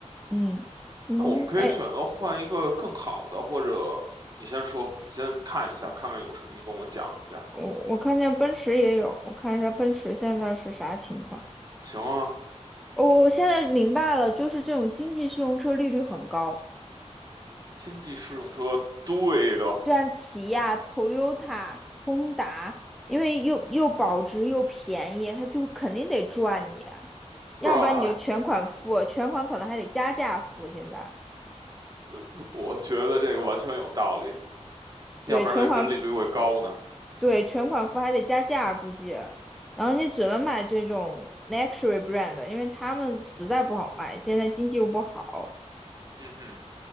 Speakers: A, in the centre; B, on the right.
A: 嗯嗯，
B: 那我们可以选择换一个更好的，
A: 哎，
B: 或者你先说，先看一下，看看有什么，你跟我讲一下。
A: 我我看见奔驰也有，我看一下奔驰现在是啥情况。
B: 行啊，
A: 哦我现在明白了，就是这种经济适用车利率很高。
B: 经济适用车，对的，
A: 就像起亚、Toyota、Honda，因为又又保值又便宜，它就肯定得赚你，要不然你就全款付，
B: 是吧？
A: 全款可能还得加价付。现在
B: <laughs> 我觉得这个完全有道理，
A: 对全款付，
B: 要不然为什么利率会高呢？
A: 对全款付还得加价，估计。然后你只能买这种 luxury brand，因为他们实在不好卖，现在经济又不好。
B: 嗯哼，